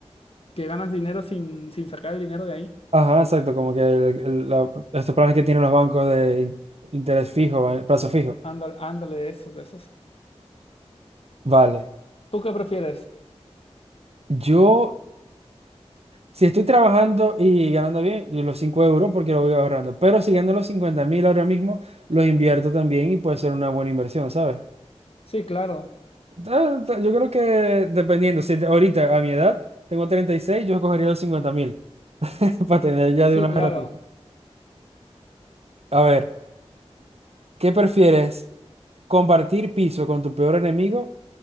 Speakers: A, on the left; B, on the right.
A: que ganas dinero sin, sin sacar el dinero de ahí.
B: Ajá, exacto, como que el- el- la- estos planes que tienen los bancos de in- interés fijo, va- plazo fijo.
A: Ándale, ándale, de esos, de esos.
B: Vale,
A: ¿Tú qué prefieres?
B: yo, si estoy trabajando y ganando bien, yo los 5 euros porque lo voy ahorrando, pero si gano los cincuenta mil ahora mismo, los invierto también y puede ser una buena inversión, ¿sabes?
A: Sí, claro,
B: Da- da- Yo creo que dependiendo, si te- ahorita a mi edad tengo 36 yo escogería los cincuenta mil <laughs> para tener ya
A: sí,
B: de una
A: claro.
B: vez la plata. A ver, ¿qué prefieres? ¿Compartir piso con tu peor enemigo